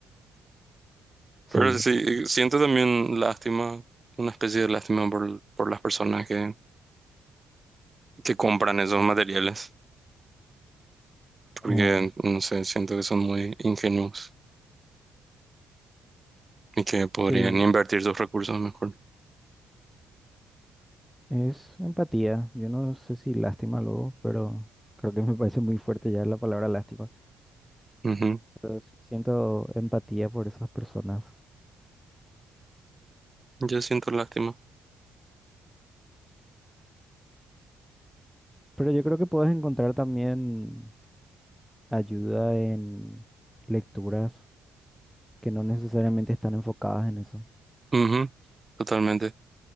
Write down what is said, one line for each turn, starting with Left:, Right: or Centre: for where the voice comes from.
Centre: Sí,
Right: Pero sí, siento también lástima, una especie de lástima por, por las personas que, que compran esos materiales, porque,
Centre: eh,
Right: no sé, siento que son muy ingenuos y que podrían
Centre: sí,
Right: invertir sus recursos mejor.
Centre: es empatía. Yo no sé si lástima luego, pero creo que me parece muy fuerte ya la palabra lástima.
Right: Ujú,
Centre: Pero sí siento empatía por esas personas.
Right: Yo siento lástima.
Centre: Pero yo creo que puedes encontrar también ayuda en lecturas que no necesariamente están enfocadas en eso.
Right: Ujú, Totalmente,